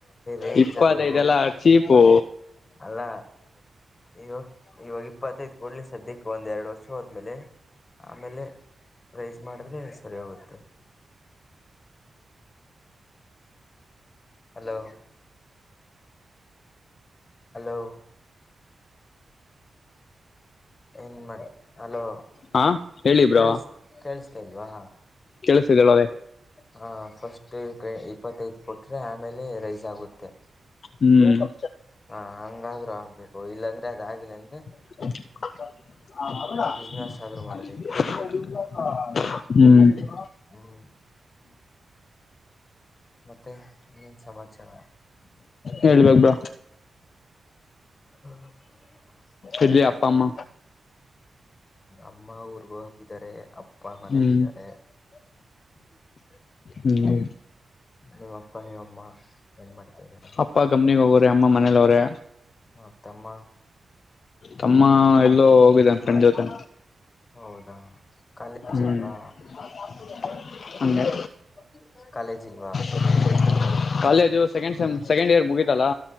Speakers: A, on the left (about 45°); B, on the left (about 70°).
A: ರೇಂಜ್
B: ಇಪ್ಪತ್ತೈದ
A: ಅದು
B: ಎಲ್ಲಾ ಚೀಪು.
A: ಅಲ್ಲ ಇವಾಗ ಇವಾಗ ಇಪ್ಪತ್ತೈದ ಕೊಡ್ಲಿ ಸದ್ಯಕ್ಕೆ ಒಂದ ಎರಡು ವರ್ಷ ಹೋದ್ಮೇಲೆ ಆಮೇಲೆ ರೈಸ್ ಮಾಡಿದ್ರೆ ಸರಿ ಓಗುತ್ತೆ. ಹಲೋ ಹಲೋ ಏನ್ ಮಾಡ ಅಲೋ
B: ಹಾ ಹೇಳಿ ಬ್ರೋ
A: ಕೇಳಸ್ ಕೇಳಿಸ್ತಾ ಇಲ್ವಾ.
B: ಕೆೇಳಸತಿದೆ ಹೇಳಲೇ
A: ಹ ಫಸ್ಟ್ ಇಪ್ಪತ್ತೈದ ಕ ಕೊಟ್ರೆ ಆಮೇಲೆ ರೈ ಜ ಗುತ್ತೆ
B: ಹ್ಮ್
A: ಹ ಹಂಗಾದ್ರ ಆಗ್ಬೇಕು ಇಲ್ಲಾಂದ್ರೆ ಅದ ಆಗ್ಲಿ ಅಂದ್ರೆ
B: <unintelligible>
A: ಬಿಸ್ನೆಸ್ ಆದ್ರೂ
B: ಹ್ಮ.
A: ಮಾಡ್ಬೇಕಷ್ಟೆ ಹ್ಮ. ಮತ್ತೆ ಏನ್ ಸಮಾಚಾರ.
B: ಹೇಳ್ಬೇಕ ಬ
A: <unintelligible>
B: ಇರ್ಲಿ
A: ಹ್ಮ
B: ಅಪ್ಪ ಅಮ್ಮ
A: ಅಮ್ಮ ಊರ್ಗ ಹೋಗಿದ್ದಾರೆ ಅಪ್ಪ ಮನೇಲ್ಲ
B: ಹ್ಮ್
A: ಇದಾರೆ. <unintelligible>
B: ಹ್ಮ.
A: ನಿಮ್ಮ ಅಪ್ಪ ನೀಮ್ ಅಮ್ಮ ಏನ್ ಮಾಡ್ತಾ ಇದ್ದಾರೆ.
B: ಅಪ್ಪ ಕಂಪ್ನಿಗ್ ಹೋಗೋರೆ ಅಮ್ಮ ಮನೇಲಿ ಅವ್ರೆ
A: ಹಾ ತಮ್ಮ
B: ತಮ್ಮಾ ಎಲ್ಲೋ ಹೋಗಿದಾನ್ ಫ್ರೆಂಡ್ ಜೊತೆ.
A: ಹೌದಾ. ಕಾಲೇಜ್
B: ಹ್ಮ್
A: ಇಲ್ವಾ
B: <unintelligible> ಹಂಗಾ
A: <unintelligible> ಕಾಲೇಜ್ ಇಲ್ವಾ
B: <unintelligible> college second sem second year ಮುಗೀತಲ್ಲಾ